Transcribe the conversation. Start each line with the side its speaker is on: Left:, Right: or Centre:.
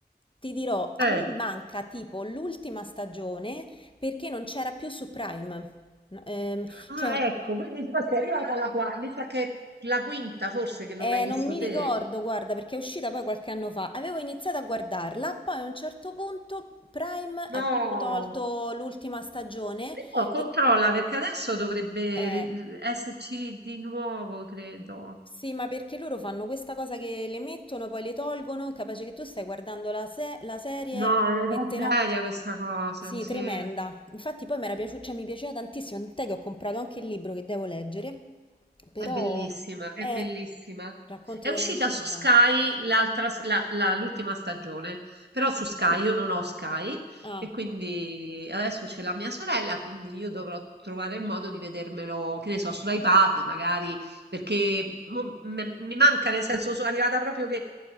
Left: ti dirò, a
Right: Eh.
Left: me manca tipo l'ultima stagione perché non c'era più su Prime. No, ehm,
Right: Ah,
Left: cioè,
Right: ecco, quindi tu sei arrivata alla quarta, mi sa che è la quinta forse che non
Left: Eh,
Right: hai visto
Left: non mi
Right: te?
Left: ricordo, guarda, perché è uscita poi qualche anno fa. Avevo iniziato a guardarla, poi a un certo punto Prime
Right: No.
Left: ha tipo tolto l'ultima stagione
Right: Però controlla
Left: e...
Right: perché adesso dovrebbe
Left: eh,
Right: ri- esserci di nuovo, credo.
Left: sì, ma perché loro fanno questa cosa che le mettono, poi le tolgono, capace che tu stai guardando la, se- la serie
Right: No, è una
Left: e te
Right: tragedia
Left: la...
Right: questa cosa,
Left: Sì,
Right: sì.
Left: tremenda. Infatti poi mi era piaciuta, cioè, mi piaceva tantissimo, tant'è che ho comprato anche il libro che devo leggere, però
Right: È bellissima, è
Left: è...
Right: bellissima.
Left: Racconto
Right: È
Left: dell'ancella
Right: uscita su
Left: è bella.
Right: Sky l'altra s- la- la- l'ultima stagione, però su Sky
Left: Ah.
Right: io non ho Sky
Left: Ah.
Right: e quindi adesso c'è la mia sorella, quindi io dovrò trovare il modo di vedermelo, che ne so, sull'iPad magari, perché mo me- mi manca, nel senso sono arrivata proprio che